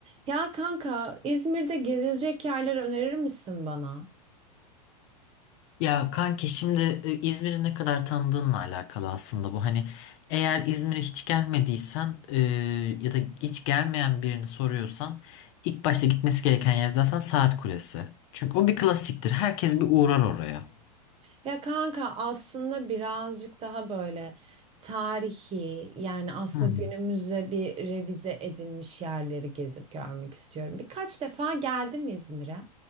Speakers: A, on the right; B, on the left.
A: Ya kanka İzmir'de gezilecek yerler önerir misin bana?
B: Ya kanki şimdi e, İzmir'i ne kadar tanıdığınla alakalı aslında bu. Hani eğer İzmir'e hiç gelmediysen e, ya da hiç gelmeyen birini soruyorsan ilk başta gitmesi gereken yer zaten Saat Kulesi. Çünkü o bir klasiktir. Herkes bir uğrar oraya.
A: Ya kanka aslında birazcık daha böyle tarihi yani aslında
B: Hmm.
A: günümüze bir revize edilmiş yerleri gezip görmek istiyorum. Birkaç defa geldim İzmir'e